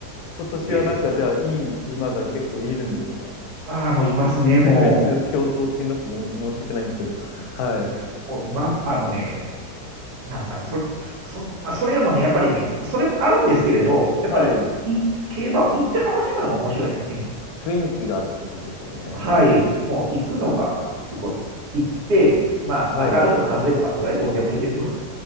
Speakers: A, on the left; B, on the right.
A: 今年はなんかじゃあいい馬が結構いるんですか
B: でですね。ああ、もういますね、も
A: すごいちょっと表層的になってごめん申し訳ないんですけど。はい。
B: う。もういます、あのね、なんですかね。それ、そ、まあ、それよりもね、やっぱりね、それもあるんですけれど、
A: はい。
B: やっぱりい競馬を行って楽しむのも面白いですね。
A: 雰囲気がってことですよね。
B: はい、もう行くのがすごい。行って、まあ、
A: はい。
B: 当たるとか外れとか、まあ、それはどうでもいいんですよ。